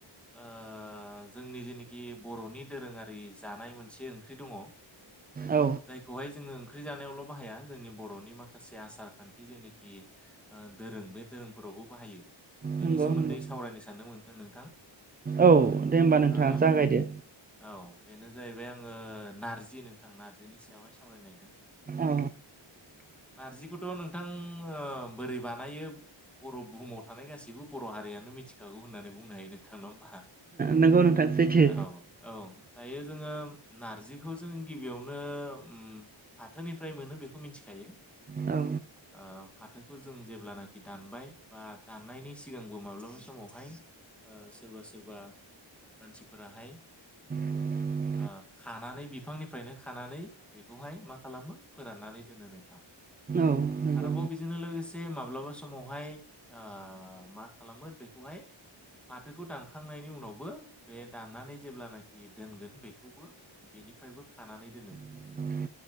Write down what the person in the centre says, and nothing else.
ओ जोंनि जेनोखि बर'नि दोरोङारि जानाय मोनसे ओंख्रि दङ'।
जायखौहाय जोङो ओं ओंख्रि जानायावल' बाहाया जोंनि बर'नि माखासे आसार खान्थि जेनिखि ओ दोरों बे दोरोंफोरावबो बाहायो बेनि
सोमोन्दै
सावरायनो सानदोंमोन नोंथां।
ओ
औ बेनो जाहैबाय आं ओ नारजि नोंथां नारजिनि सायावहाय सावरायनो नागिरदों।
नारजिखौथ' नोंथां ओ बोरै बानायो? बर' बुहुमाव थानाय गासिबो बर' हारियानो मिथिखागौ होननानै बुंनो हायो नोंथां नङा होमबा?
औ औ दायो जोङो नारजिखौ जों गिबियावनो उम फाथोनिफ्राय मोनो बेखौ मिथिखायो।
ओ फाथो खौ जों जेब्लानाखि दानबाय बा दाननायनि सिगांबो माब्लाबा समावहाय ओ सोरबा सोरबा मानसिफोराहाय
ओ खानानै बिफांनिफ्रायनो खानानै बेखौहाय मा खालामो फोराननानै दोनो नोंथां।
आरोबाव बिजोंनो लोगोस लोगोसे माब्लाबा समावहाय ओ मा खालामो बेखौहाय फाथोखौ दानखांनायनि उनावबो बे दाननानै जेब्लानोखि दोनगोन बेखौबो बे निफ्रायबो खानानै दोनो।